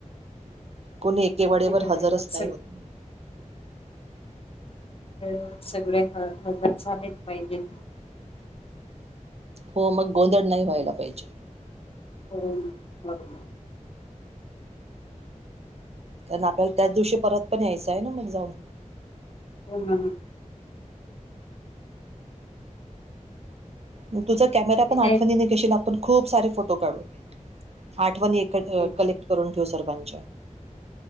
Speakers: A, on the right (about 50°); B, on the left (about 45°).
A: कोणी एके
B: आणि
A: वडेवर
B: वेळेवर
A: हजरच
B: सग
A: नाही होती.
B: हा सगळे ह हजर झालेच पाहिजे.
A: हो मग गोंधळ नाही व्हायला पाहिजे!
B: हो मग,
A: कारण आपल्याला त्याच दिवशी परत पण यायचं आहे ना मग जाऊन.
B: हम्म,
A: मग तुझ कॅमेरा
B: ठीक
A: पण आठवणीने
B: आहे
A: घेशील आपण खूप सारे फोटो काढू. आठवणी एकत्र
B: ठीक
A: कलेक्ट करून ठेव सर्वांच्या,